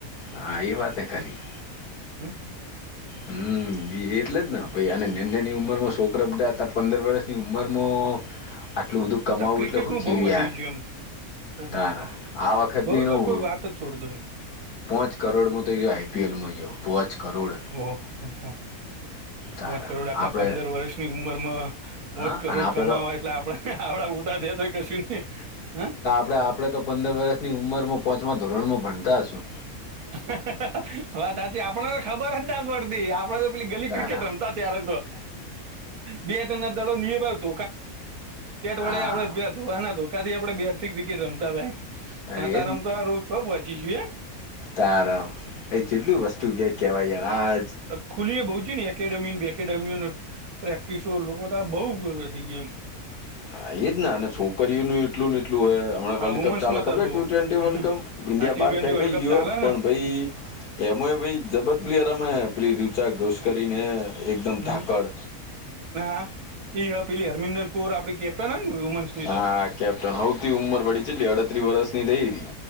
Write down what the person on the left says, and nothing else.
હા એ વાત એય ખરી.
હમ્મ. બી એટલે જ ને, ભઈ એને નેનની ઉંમરમાં સોકરા બધા અતાર પંદર વર્ષની ઉંમરમાં આટલું બધું કમાવવું
એટલે હું
થયું
યાર?
તારા, આ વખતની
નું
પોંચ કરોડમાં તો ઈ આઈપીએલમાં ગયો, પોંચ કરોડ.
તારા
આપણે
હા
અને આપણે
તો
અને આપણે તો પંદર વર્ષની ઉંમરમાં પોંચમાં ધોરણમાં ભણતા હશું.
તારા
હા
તારી
તાર, એ જેટલું વસ્તુ કે કેવાય ય રાજ
આ એ જ ને, અને છોકરીઓનું એટલું ને એટલું હે, હમણા
વર્લ્ડ
કપ ચાલે ખબર
ટી ટ્વેન્ટી
વર્લ્ડ કપ? ઈન્ડિયા
બાર
ફેંકાય
ગયું
યું, પણ
ભઈ એમાંય ભઈ જબર પ્લેયર રમાય હે પેલી રુચા ઘોસ કરીને એકદમ
ધાકડ.
હા
કેપ્ટન, હઉથી ઉંમર વડી, ચેટલી અડત્રી વર્ષ ની થઈ હતી.